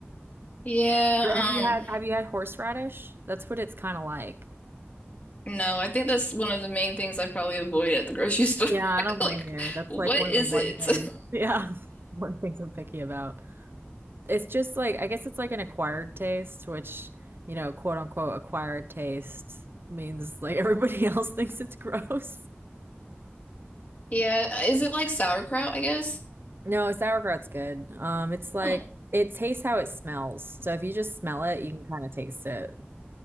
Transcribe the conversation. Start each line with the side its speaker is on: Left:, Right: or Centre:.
Left: Yeah,
Right: But
Left: um,
Right: have you had have you had horseradish? That's what it's kind of like.
Left: no, I think that's one of the main things I probably avoid at the grocery store.
Right: Yeah, I
Left: <laughs>
Right: don't blame
Left: Like,
Right: you. That's
Left: what
Right: like one
Left: is
Right: of the one
Left: it?
Right: thing.
Left: <laughs>
Right: Yeah, <laughs> one things I'm picky about. It's just like I guess it's like an acquired taste, which, you know, quote unquote acquired taste means like everybody <laughs> else thinks it's gross.
Left: Yeah, is it like sauerkraut, I guess?
Right: No, sauerkraut's good. Um, it's like
Left: Hmm.
Right: it tastes how it smells. So if you just smell it, you can kind of taste it.